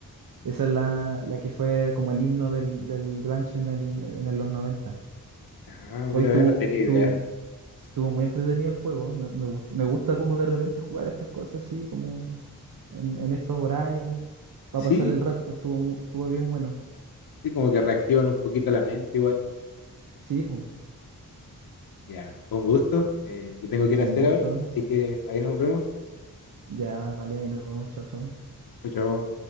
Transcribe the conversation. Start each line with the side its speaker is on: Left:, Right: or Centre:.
Right: Esa es la, la que fue como el himno del, del grunge en, el, en el- los noventa
Left: Ah, mira,
Right: Hoy estuvo,
Left: eh, no tenía idea.
Right: estuvo, estuvo muy entretenido el juego, me, me gust- me gusta como de repente jugar estas cosas así, como en, en estos horarios, para
Left: Sí,
Right: pasar el rato, estuvo, mu- estuvo bien bueno.
Left: sí, como que reactivan un poquito la mente igual.
Right: Sí, pues,
Left: Ya, fue un gusto. Eh, yo tengo que ir
Right: un
Left: a hacer
Right: gusto.
Left: ahora, así que ahí nos vemos.
Right: Ya, vale, ahí nos vemos, chao, chao.
Left: Chao, chao.